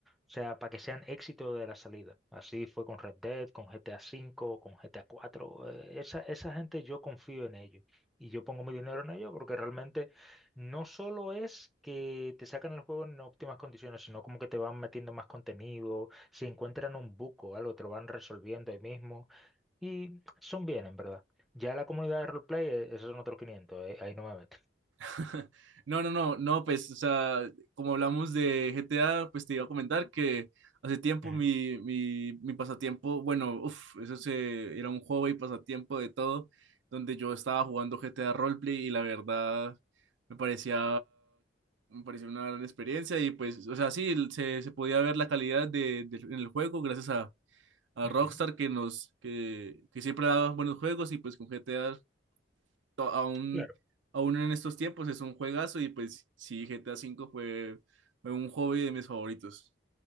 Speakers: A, in the centre; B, on the right.
A: O sea, para que sean éxito de la salida. Así fue con Red Dead, con GTA V, con GTA IV. Eh, Esa, esa gente yo confío en ellos. Y yo pongo mi dinero en ellos porque realmente no solo es que te sacan el juego en óptimas condiciones, sino como que te van metiendo más contenido. Si encuentran un buco, algo, te lo van resolviendo ahí mismo. Y son bien, en verdad. Ya la comunidad de roleplay, eh, esos son otros 500, eh, ahí no me meto.
B: <laughs> No, no, no, no, pues, o sea, como hablamos de GTA, pues te iba a comentar que hace tiempo
A: Ujú,
B: mi, mi, mi pasatiempo, bueno, uff, eso se, era un juego y pasatiempo de todo, donde yo estaba jugando GTA Roleplay y la verdad me parecía, me parecía una gran experiencia y pues, o sea, sí, se, se podía ver la calidad de, de- en el juego gracias a, a
A: ujú.
B: Rockstar que nos, que, que siempre daba buenos juegos y pues con GTA aún,
A: Claro.
B: aún en estos tiempos es un juegazo y pues sí, GTA V fue, fue un hobby de mis favoritos.